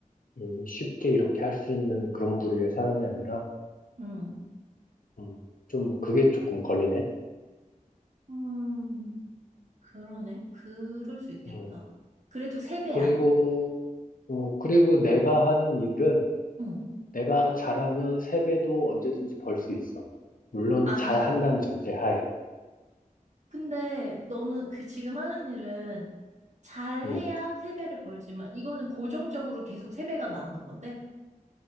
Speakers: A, on the left; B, on the right.
A: 음, 쉽게 이렇게 할 수 있는 그런 부류의 사람이 아니라,
B: 응.
A: 음, 좀 그게 조금 걸리네.
B: 음. 그러네. 그럴 수 있겠다.
A: 음,
B: 그래도 세배야
A: 그리고, 어, 그리고 내가 하는 일은,
B: 응.
A: 내가 잘하면 세배도 언제든지 벌 수 있어. 물론
B: 아,
A: 잘한다는 전제하에.
B: 근데 너는 그 지금 하는 일은 잘해야
A: 음.
B: 세배를 벌지만 이거는 고정적으로 계속 세배가 나오는 건데?